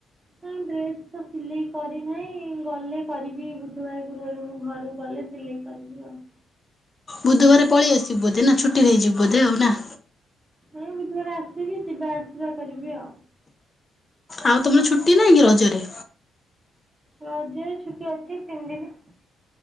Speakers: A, on the right; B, on the left.
A: ନାଇଁ ଡ୍ରେସ୍ ତ ସିଲେଇ କରିନାହିଁ, ଗଲେ କରିବି ବୁଧବାର ଗୁରୁବାର ମୁଁ ଘରୁ ଗଲେ ସିଲେଇ କରିବି ଆଉ।
B: ବୁଧବାର ପଳେଇ ଆସିବୁ ବୋଧେ ନା ଛୁଟି ନେଇଯିବୁ ବୋଧେ ଆଉ ନା?
A: ହଁ ବୁଧବାର ଆସିବି ଯିବା ଆସିବା କରିବି ଆଉ।
B: ଆଉ ତୋମର ଛୁଟି ନହିଁ କି ରଜରେ?
A: ରଜରେ ଛୁଟି ଅଛି ତିନି ଦିନ।